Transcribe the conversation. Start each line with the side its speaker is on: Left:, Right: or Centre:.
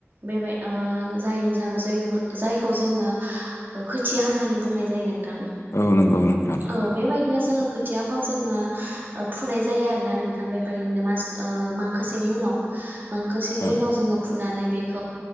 Right: बेबाय जायनि जाहोनाव जायखौ जायखौ जोङो खोथिया होननानै बुंनाय जायो नों थां
Left: औ नंगौ नोंथां
Right: औ बेबायदिनो जोङो। खोथियाखौ जोङो फुनाय जायो आरोना नोंथां बेबायदिनो मास मांखोसेनि उनाव। मांखासेनि
Left: औ
Right: उनाव जोङो फुनानै बेखौ